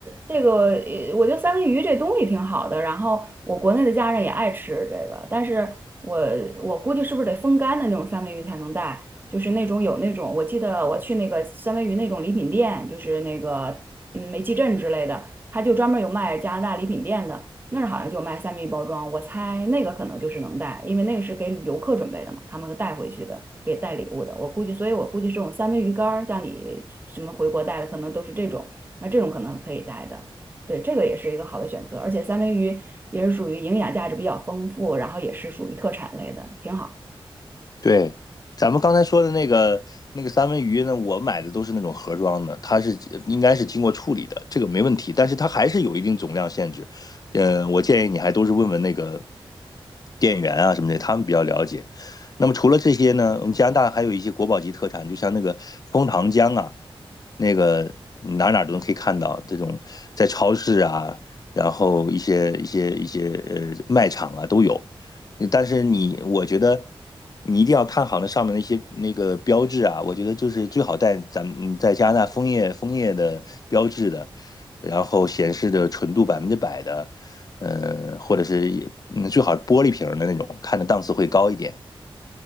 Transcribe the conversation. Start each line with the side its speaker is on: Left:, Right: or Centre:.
Right: 这个，呃我觉得三文鱼这东西挺好的，然后我国内的家人也爱吃这个，但是我我估计是不是得风干的那种三文鱼才能带，就是那种有那种，我记得我去那个三文鱼那种礼品店，就是那个嗯煤气镇之类的，他就专门有卖加拿大礼品店的，那儿好像就卖三文鱼包装，我猜那个可能就是能带，因为那个是给游客准备的嘛，他们带回去的，给带礼物的，我估计，所以我估计这种三文鱼干儿，像你什么回国带的，可能都是这种。那这种可能可以带的。对，这个也是一个好的选择，而且三文鱼也是属于营养价值比较丰富，然后也是属于特产类的，挺好。
Left: 对，咱们刚才说的那个那个三文鱼呢，我买的都是那种盒装的，它是应该是经过处理的，这个没问题，但是它还是有一定总量限制。嗯，我建议你还都是问问那个店员啊什么的，他们比较了解。那么除了这些呢，我们加拿大还有一些国宝级特产，就像那个枫糖浆啊，那个哪哪都能可以看到，这种在超市啊，然后一些一些一些呃卖场啊都有。但是你，我觉得你一定要看好那上面那些那个标志啊，我觉得就是最好带咱们嗯在加拿大枫叶枫叶的标志的，然后显示的纯度百分之百的，呃，或者是嗯最好是玻璃瓶儿的那种，看着档次会高一点。